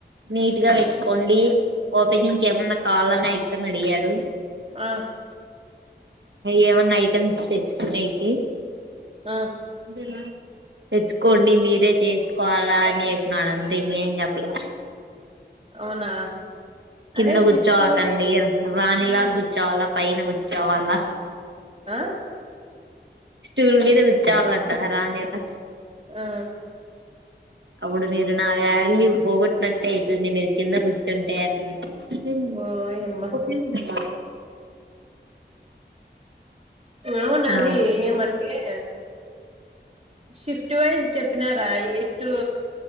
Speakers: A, on the right (about 80°); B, on the right (about 35°).
A: నీట్ గా పెట్కోండి ఓపెనింగ్కి ఏమన్నా కావాలా అని ఆ అక్కని అడిగాడు
B: ఆ
A: ఏమన్నా ఐటమ్స్ తెచ్చుకున్నాయికి
B: ఆ
A: అనా తెచ్చుకోండి మీరే చేసుకోవాలా అని చెప్పినాడు అంతే ఇం అం చెప్పలే
B: అవునా
A: కింద
B: అదే
A: కూర్చోవాకండి
B: షిఫ్ట్
A: రాణిలాగా కూర్చోవాలా పైన కూర్చోవాలా
B: ఆ
A: స్టూల్ మీద చాల అంట రానిలా
B: ఆ
A: అప్పుడు మీరు నా వ్యాలీ పోగొట్నట్టటు అవుతుంది మీరు కింద కూర్చుంటాయి అ
B: ఓయమ్మా
A: ఇ మ
B: అవునది
A: ఆ
B: ఏమంటే షిఫ్ట్ వైజ్ చెప్పినారా ఎయి ూ